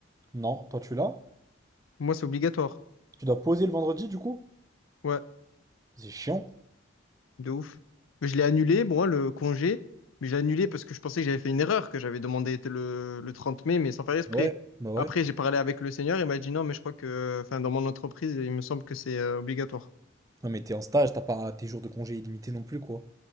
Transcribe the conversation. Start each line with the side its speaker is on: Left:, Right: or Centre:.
Right: Non, toi, tu es là?
Left: Moi, c'est obligatoire.
Right: Tu dois poser le vendredi, du coup?
Left: Ouais.
Right: C'est chiant.
Left: de ouf. Mais je l'ai annulé, moi, le congé. Mais j'ai annulé parce que je pensais que j'avais fait une erreur, que j'avais demandé le, le 30 mai, mais sans faire exprès.
Right: Ouais. Bah ouais.
Left: Après, j'ai parlé avec le seigneur, il m'a dit non, mais je crois que, enfin, dans mon entreprise, il me semble que c'est euh, obligatoire.
Right: Non, mais t'es en stage, t'as pas des jours de congé illimités non plus, quoi.